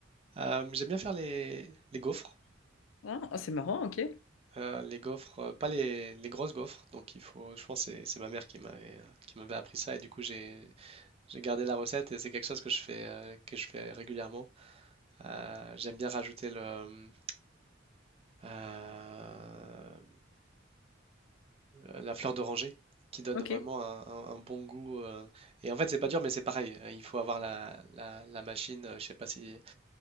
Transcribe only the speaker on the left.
Ah, ah, c'est marrant, ok.
Ok.